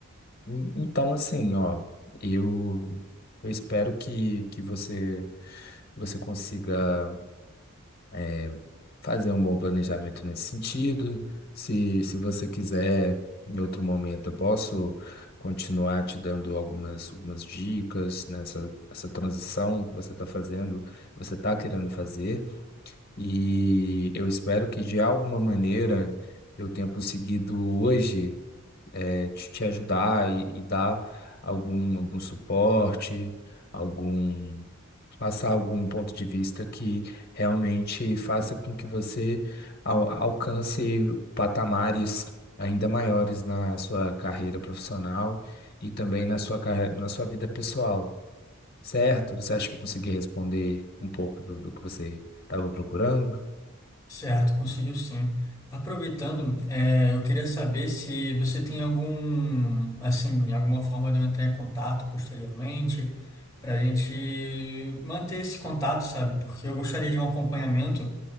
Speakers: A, on the left; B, on the left.
A: En- Então, assim, ó, eu, eu espero que, que você, você consiga é, fazer um bom planejamento nesse sentido. Se, se você quiser, em outro momento, eu posso continuar te dando algumas, algumas dicas nessa essa transição que você está fazendo, que você está querendo fazer. E eu espero que de alguma maneira eu tenha conseguido hoje eh, te, te ajudar e, e dar algum, algum suporte, algum passar algum ponto de vista que realmente faça com que você al- alcance patamares ainda maiores na sua carreira profissional e também na sua, carre- na sua vida pessoal, certo? Você acha que eu consegui responder um pouco do do que você estava procurando?
B: Certo, conseguiu sim. Aproveitando, é, eu queria saber se você tem algum, assim, alguma forma de eu entrar em contato posteriormente, para a gente manter esse contato, sabe? Porque eu gostaria de um acompanhamento.